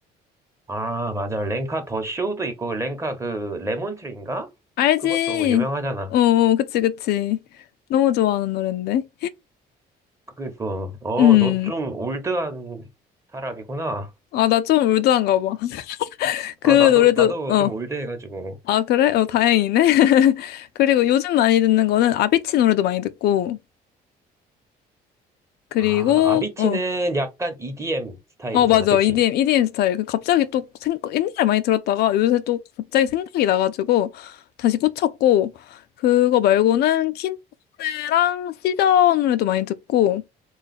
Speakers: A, on the right; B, on the left.
A: 아, 맞아. 렌카 더 쇼도 있고, 렌카 그, 레몬트리인가?
B: 알지?
A: 그것도 유명하잖아.
B: 어, 어, 그치, 그치. 너무 좋아하는 노랜데.
A: 그니까, 어,
B: 음.
A: 너 좀 올드한 사람이구나.
B: 아, 나 좀 울드한가 봐. <laughs> 그
A: 아, 나도,
B: 노래도,
A: 나도
B: 어.
A: 좀 올드해가지고.
B: 아, 그래? 어, 다행이네. <laughs> 그리고 요즘 많이 듣는 거는 아비치 노래도 많이 듣고, 그리고,
A: 아, 아비치는
B: 어.
A: 약간 EDM 스타일이잖아.
B: 어, 맞아.
A: 그치?
B: EDM, EDM 스타일. 그 갑자기 또, 생, 옛날에 많이 들었다가 요새 또 갑자기 생각이 나가지고 다시 꽂혔고, 그거 말고는 퀸 노래랑 시저 노래도 많이 듣고,